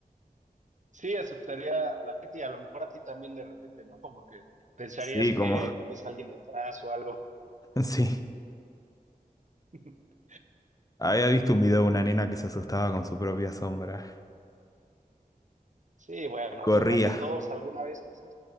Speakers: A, on the right; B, on the left.
A: Sí, asustaría a la gente y a lo mejor a ti también de repente, ¿no? Como que pensarías
B: Sí, como...
A: que traes a alguien detrás o algo.
B: <laughs> Sí.
A: <laughs>
B: Había visto un video de una nena que se asustaba con su propia sombra.
A: Sí, bueno,
B: Corría.
A: yo creo que todos alguna vez, no sé,